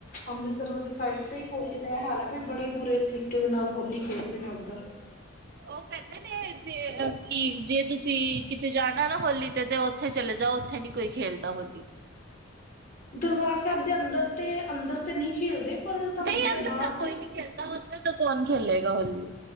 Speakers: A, on the left (about 40°); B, on the right (about 50°).
A: ਅੰਮ੍ਰਿਤਸਰ ਵਾਲੀ ਸਾਈਡ ਤੇ ਈ ਹੋਲੀ ਹਾਲ ਐ ਵੀ ਬੜੇ ਬੁਰੇ ਤਰੀਕੇ ਦੇ ਨਾਲ ਹੋਲੀ ਖੇਡਦੇ ਨੇ ਉੱਧਰ।
B: ਉਹ ਕਹਿੰਦੇ ਨੇ ਜੇ ਕੀ ਜੇ ਤੁਸੀਂ ਕਿਤੇ ਜਾਣਾ ਨਾ ਹੋਲੀ ਤੇ-ਤੇ ਉਥੇ ਚਲੇ ਜਾਓ, ਉੱਥੇ ਨੀ ਕੋਈ ਖੇਲਦਾ ਹੋਲੀ।
A: ਦਰਬਾਰ ਸਾਹਿਬ ਦੇ ਅੰਦਰ ਤੇ ਅੰਦਰ ਤੇ ਨਹੀਂ ਖੇਲਦੇ। ਪਰ ਤੁਹਾਨੂੰ
B: ਨਹੀਂ
A: ਪਤਾ
B: ਅੰਦਰ
A: ਬਾਹਰ
B: ਤਾਂ
A: ਤੇ
B: ਕੋਈ ਨਹੀਂ ਖੇਲਦਾ, ਅੰਦਰ ਤਾਂ ਕੌਣ ਖੇਲੇਗਾ ਹੋਲੀ।